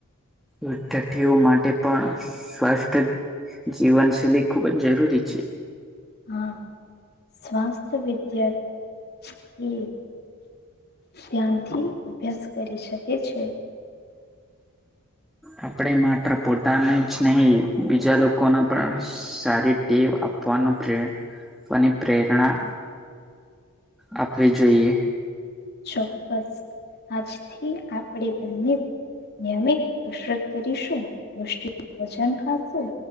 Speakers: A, in the centre; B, on the left (about 50°).
A: વિદ્યાર્થીઓ માટે પણ સ્વાસ્થ્ય જીવનશૈલી ખૂબ જ જરૂરી છે
B: હા સ્વાસ્થ્ય વિદ્યથીથી ધ્યાનથી અભ્યાસ કરી શકે છે
A: આપણે માત્ર પોતાનું જ નહી બીજા લોકો ન પણ સારી દેવ આપવાનો પ્રે આપવાની પ્રેરણા આપે જોઈએ
B: ચોક્કસ આજથી આપણેે બંને નિયમિત કસરત કરીશું પષ્ટ વજન ખાશું